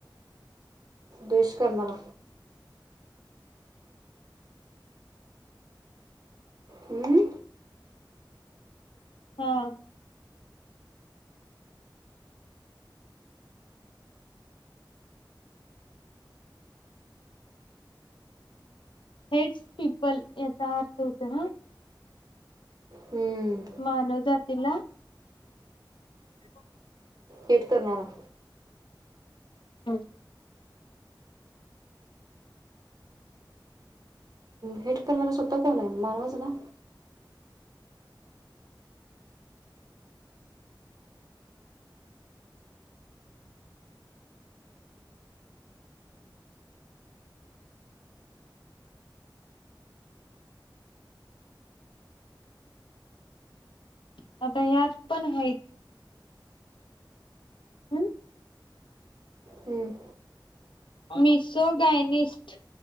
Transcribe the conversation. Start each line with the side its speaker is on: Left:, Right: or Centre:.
Right: द्वेष करणारा. हम्म
Left: हा. हेड्स पिपल याचा अर्थ होत ना.
Right: हम्म.
Left: मानव जातीला. <inaudible>
Right: हेट करणारा.
Left: हम्म
Right: हेट करणारा स्वतः कोण आहे. मानवाच ना.
Left: मी आता यात पण हय. आन
Right: हम्म
Left: मिसो गायनिस्ट.